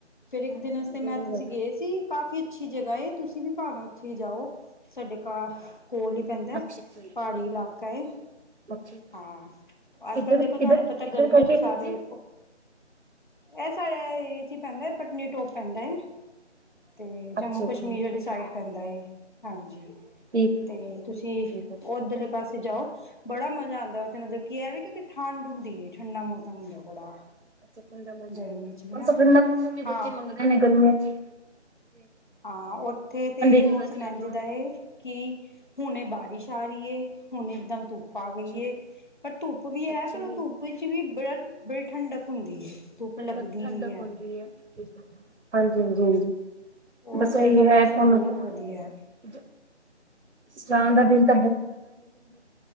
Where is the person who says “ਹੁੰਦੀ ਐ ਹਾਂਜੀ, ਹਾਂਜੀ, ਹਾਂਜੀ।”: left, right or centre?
Right